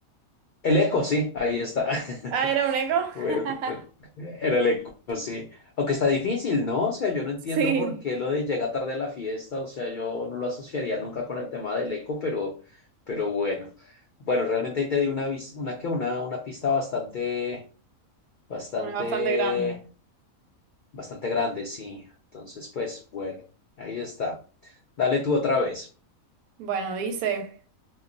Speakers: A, on the left; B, on the right.
A: El eco, sí, ahí está. <laughs>
B: Ah, era un eco.
A: Bueno,
B: <laughs>
A: creo que era el eco, sí. Aunque está difícil, ¿no? O sea, yo no entiendo
B: Sí.
A: por qué lo de llega tarde a la fiesta, o sea, yo no lo asociaría nunca con el tema del eco, pero, pero bueno. Bueno, realmente ahí te di una, vis- una, que una, una pista bastante, bastante,
B: Una bastante grande.
A: bastante grande, sí. Entonces, pues, bueno, ahí está. Dale tú otra vez.
B: Bueno, dice,